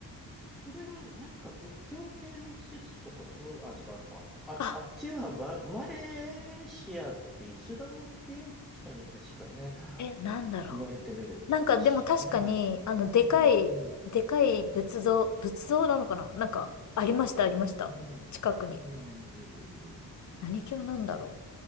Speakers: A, in the centre; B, on the left.
A: それは何か仏教系の施設とかそういう、あ、違うか。あ、
B: あ、
A: あっちはバマレーシアってイスラム系でしたよね、確かね。
B: え、なんだろう。
A: 言われてみるし、
B: なんかでも確かに、
A: ね。
B: あの、
A: うん、
B: でかい、
A: うん。
B: でかい仏像、仏像なのかななんか、ありました、ありました。
A: うん。
B: 近くに。
A: うん。うんうん
B: 何教なんだろ